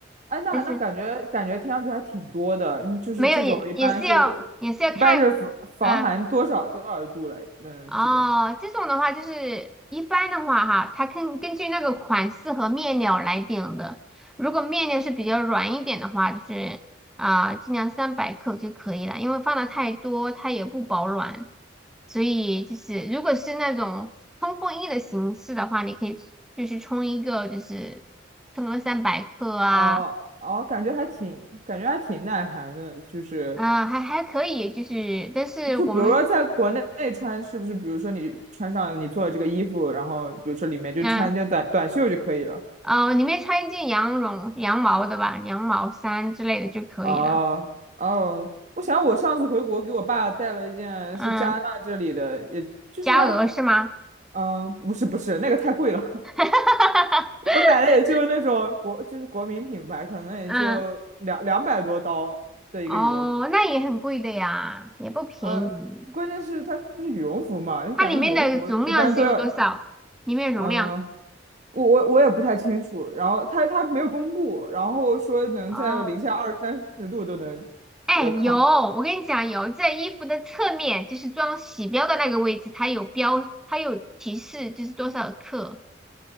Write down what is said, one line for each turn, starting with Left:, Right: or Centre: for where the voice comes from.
Right: 哎，那那感觉感觉听上去还挺多的，
Centre: 但是
Right: 嗯就是这种一般是一般是防防寒多少多少度来，
Centre: 没有也也是要也是要看，嗯、
Right: 嗯，
Centre: 哦，
Right: 基本上。
Centre: 这种的话就是一般的话哈，它根根据那个款式和面料来定的。如果面料是比较软一点的话，就是啊、尽量三百克就可以了，因为放的太多它也不保暖。所以就是如果是那种冲锋衣的形式的话，你可以就是冲一个就是冲个三百克啊
Right: 哦哦，感觉还挺感觉还挺耐寒的，就是
Centre: 啊、还还可以，就是但是我们。
Right: 就比如说在国内穿，是不是？比如说你穿上你做的这个衣服，然后比如说里面就穿一件短短袖就可以了。
Centre: 嗯，哦，里面穿一件羊绒、羊毛的吧，羊毛衫之类的就可以了。
Right: 哦哦，我想我上次回国给我爸带了一件是加拿大这里的，
Centre: 嗯，
Right: 也就是还
Centre: 加鹅是吗？
Right: 嗯、呃不是不是那个太贵了。
Centre: <laughs>
Right: 我买的也就那种国，就是国民品牌，可能也就两两百多刀的一个羽绒服。
Centre: 嗯，哦，那也很贵的呀，也不便宜。
Right: 呃，关键是它是羽绒服嘛，感觉羽绒服一般都要，
Centre: 它里面的容量是有多少？里面容量？
Right: 嗯、我我我也不太清楚。然后它它没有公布，然后说能在零下二三十度都能呃抗。
Centre: 哦，哎，有，我跟你讲，有在衣服的侧面，就是装洗标的那个位置，它有标，它有提示，就是多少克。